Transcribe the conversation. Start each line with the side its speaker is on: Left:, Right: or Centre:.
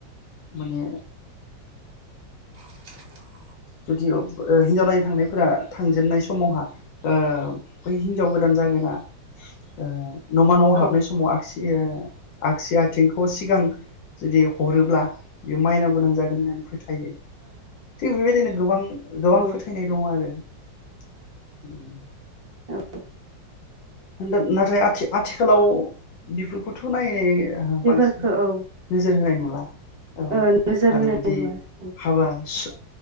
Left: माने
Right: <inaudible>
Left: जुदि ओब ओ हिनजाव नायनो थांनायफोरा थांजेननाय समावहा ओ बै हिन्जाव गोदान जागोना ओ न'मा न'आव
Right: औ
Left: हाबनाय समाव आगसियो आगसि आथिंखौ सिगां जुदि हरोब्ला बेयो माइनाव गोनां जागोन होननानै फैथा थायो बेबायदिनो गोबां गोबां
Right: औ
Left: फोथायनाय दङ' आरो उम
Right: औ
Left: दाद नाथाय आथि आथिखालाव बेफोरखौथ' नाय <unintelligible> <unintelligible>
Right: बेफोरखौ
Left: बांसिन
Right: औ
Left: नोजोर होनाय नु <unintelligible> औ
Right: ओ नोजोर
Left: आरो
Right: होनाय
Left: बिदि
Right: नुवा औ
Left: हाबासो